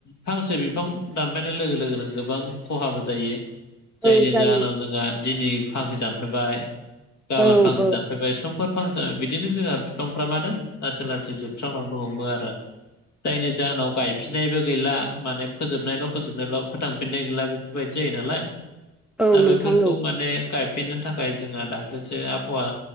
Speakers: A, on the left (about 70°); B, in the centre.
A: फांसे बिफां दानफायनाय लोगो लोगोनो गोबां खहाबो जायो जायनि
B: औ जायो
A: जाहोनाव जोंहा दिनै फांसे दानफायबाय गाबोन
B: औ
A: फांसे
B: औ
A: दानबाय बाय समफोर फांसा जाय बिदिनो जोंहा बिफांफ्रा मानो लासै लासै जोब सुस्रांलांनो हमो आरो जायनि जाहोनाव गायफिननायबो गैला माने फोजोबनायल' फोजोबनायल' फोथांफिननाय गैला बेफोरबायदि जायो नालाय
B: औ
A: दा
B: नोंथां
A: बेफोरखौ
B: औ
A: माने गायफिननो थाखाय जोंहा दाख्लैसो आबहावा